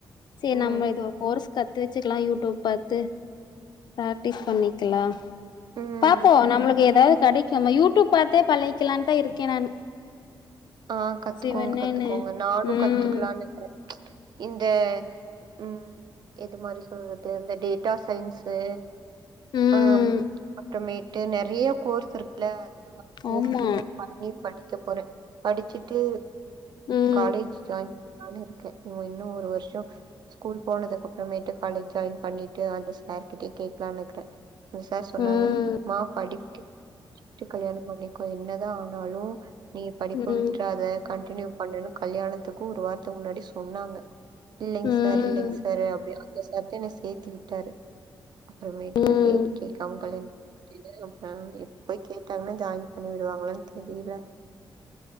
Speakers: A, on the left (about 60°); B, on the right (about 60°).
A: சேரி
B: ம்
A: நம்ம இது ஒரு கோர்ஸ் கத்து த்து வச்சுக்கால யூடுப் பாத்து பிராக்டிஸ் பண்ணிக்கலா
B: ம்
A: பாப்போ நம்மளுக்கு ஏதாவது கிடைக் நம்ம யூடியூப் பாத்தே பழகிக்கலானு தா இருக்கே நானு
B: ஆ கத்துக்கோங்க
A: சிவனேன்னு
B: கத்துக்கோங்க நானு
A: ம்
B: கத்துக்கலானு இருக்கறே இந்த ம் இது மாரி சொல்றது இந்த டேட்டா சயின்ஸு
A: ம்
B: ஆ அப்புறமேட்டு நெறையா கோர்ஸ் இருக்குல்ல அதெல்லா <unintelligible>
A: ஆமா
B: திகோ பண்ணி படிக்க போறே படிச்சிட்டு
A: ம்
B: காலேஜ் ஜாயின் பண்ணிருக்கே இவ இன்னு ஒரு வர்ஷோ ஸ்கூல் போனதுக்கு அப்பறமேட்டு காலேஜ் ஜாயின் பண்ணிட்டு அந்த சார்கிட்டயே கேக்கலானு இருக்கே அந்த சார் சொன்னாங்க
A: ம்
B: மா படிக்கட்டு கல்யாணோ பண்ணிகோ என்னதா ஆனாலு ப்ப
A: ம்
B: விட்டுறாத கண்டினியூ பண்ணுனு கல்யாணத்துக்கு ஒரு வாரத்துக்கு முன்னாடி சொன்னாங்க இல்லைங்க
A: ம்
B: சார் இல்லைங்க சார் அப்டியே அந்த சார் தா என்ன சேத்தி விட்டாரு அப்பறமேட்டு
A: ம்
B: நா கேட்டு கேட் கம் கல்யாண அப்பறம் எப்ப கேட்டாங்கன்னா ஜாயின் பண்ணி விடுவாங்களானு தெரியில